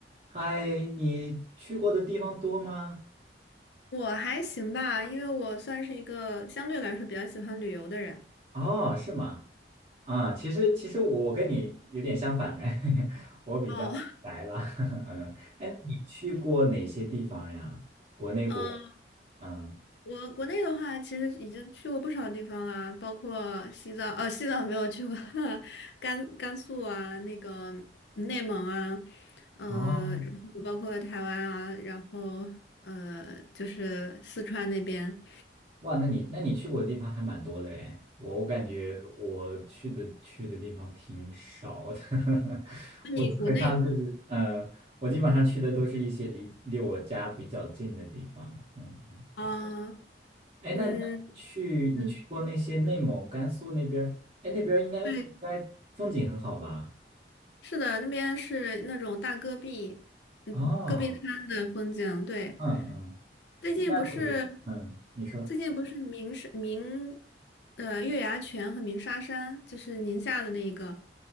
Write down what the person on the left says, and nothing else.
我还行吧，因为我算是一个相对来说比较喜欢旅游的人。
哦，
<laughs> 嗯，
我国内的话，其实已经去过不少地方了，包括西藏，呃，西藏没有去过，<laughs> 甘甘肃啊，那个内蒙啊，呃，
然后包括台湾啊，然后呃，就是四川那边。
那你国内，
啊，
嗯
嗯，
对，是的，那边是那种大戈壁，嗯，
戈壁滩的风景，对。
最近不是
最近不是鸣沙鸣呃月牙泉和鸣沙山，就是宁夏的那个